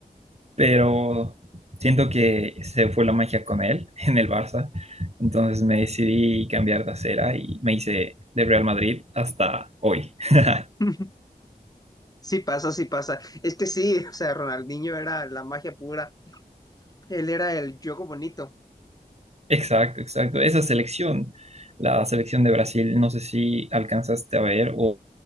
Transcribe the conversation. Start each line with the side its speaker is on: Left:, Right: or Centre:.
Right: pero siento que se fue la magia con él <laughs> en el Barça. Entonces me decidí cambiar de acera y me hice de Real Madrid hasta hoy. <laughs>
Left: <laughs> Sí pasa, sí pasa. Es que sí, o sea, Ronaldinho era la magia pura, él era el juego bonito.
Right: Exacto, exacto. Esa selección, la selección de Brasil, no sé si alcanzaste a ver o,